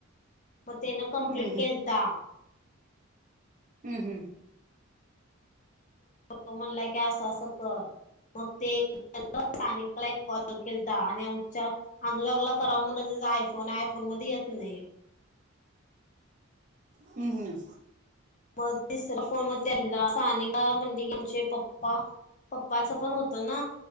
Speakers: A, on the left (about 35°); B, on the right (about 40°).
A: म त्यानं कंप्लीट
B: हम्म
A: केलता
B: ह, ह
A: तो म्हणाला की असं, असं कर मग ते हॅलो सानिकाला एक कॉल केलता आणि आमच्या अनुरागला करावा म्हणलं आयफोन आयफोन मध्ये येत नाही.
B: हूं हूं!
A: म तिसरा फोन त्यांनला म सानेिक म्हणते की आमचे पप्पा? पप्पाच पण होतं ना